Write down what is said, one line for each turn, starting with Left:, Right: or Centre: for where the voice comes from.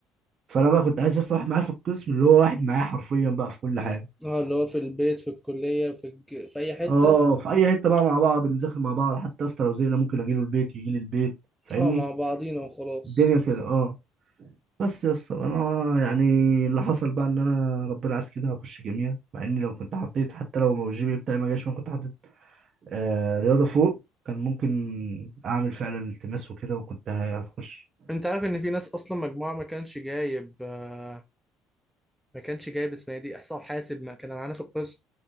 Right: فانا بقى كنت عايز يا اسطى واحد معايا في القسم اللي هو واحد معايا حرفيا بقى في كل حاجه
Centre: اه اللي هو في البيت في الكلية في الج... في اي حتة
Right: اه في اي حته بقى مع بعض بنذاكر مع بعض حتى يا اسطى لو زهقنا ممكن اجي له البيت يجي لي البيت فاهمني
Centre: اه مع بعضينا وخلاص
Right: الدنيا كده اه بس يا اسطى انا يعني اللي حصل بقى ان انا ربنا عايز كده اخش كيمياء مع اني لو كنت حطيت حتى لو ما الجي بي إيه بتاعي ما جاش وانا كنت حطيت آه رياضه فوق كان ممكن اعمل فعلا التماس وكده وكنت هتخش
Centre: انت عارف ان في ناس اصلا مجموعه ما كانش جايب آه، ما كانش جايب اسمها دي احصاء وحاسب ما كان معانا في القسم